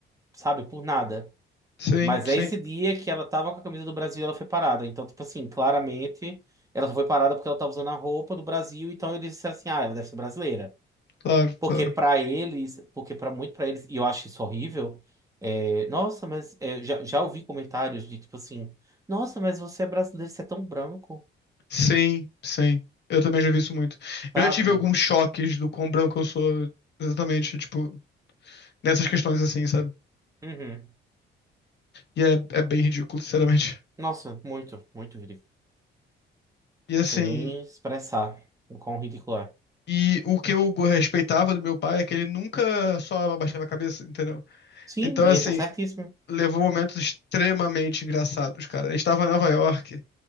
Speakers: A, on the right; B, on the left.
A: sabe, por nada.
B: Sim,
A: Mas
B: sim.
A: é esse dia que ela tava com a camisa do Brasil, e ela foi parada. Então, tipo assim, claramente, ela só foi parada porque ela tava usando a roupa do Brasil, então eles disseram assim: "Ah, ela deve ser brasileira".
B: Claro,
A: Porque
B: claro.
A: pra eles, porque pra muito pra eles, e eu acho isso horrível, é, nossa, mas é, já, já ouvi comentários de tipo assim: "Nossa, mas você é brasileiro, você é tão branco",
B: Sim, sim. Eu também já vi isso muito.
A: sabe?
B: Eu já tive alguns choques do quão branco eu sou, exatamente, tipo, nessas questões assim, sabe?
A: Uhum.
B: E é, é bem ridículo, sinceramente.
A: Nossa, muito, muito ridículo.
B: E assim,
A: sem nem expressar o quão ridículo é.
B: e o que eu go- respeitava do meu pai é que ele nunca só abaixava a cabeça, entendeu?
A: Sim,
B: Então,
A: e
B: assim,
A: ele tá certíssimo.
B: levou momentos extremamente engraçados, cara. A gente tava em Nova York